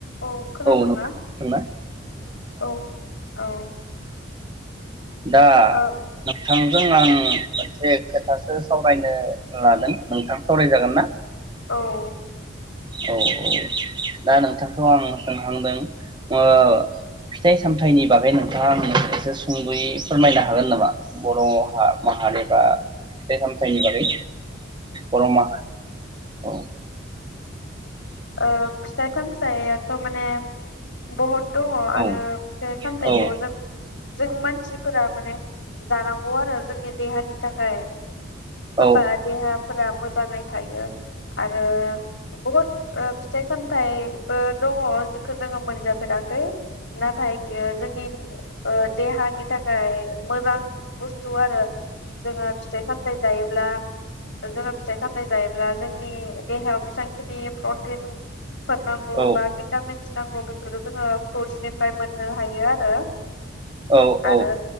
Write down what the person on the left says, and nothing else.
औ खोनादोंना
औ औ
औ
औ
ओ फिथाइ सामथाइआ माने बहद दङ आरो
फिथाइ सामथायाइखौ
जों जों मानसिफोरा माने जानांगौ आरो जोंनि देहानि थाखाय होनबा
देहाफोरा मोजाङै थायो आरो बहुद फिथाइ सामथाइबो दङ जेखो जोङो मोनजाफेराखै नाथाय बियो जोंनि ओ देहानि थाखाय मोजां बुस्थु आरो जोङो फिथाइ सामथाइ जायोब्ला जोङो फिथाइ सामथाइ जायोब्ला जोंनि देहायाव बेसेबांखिनि फ्रट टिन फोर नांगौ
बा भिटामिन सि नांगौ बे फोरबो जोंहा फ्रुटसनिफ्राय मोननो हायो आरो
आरो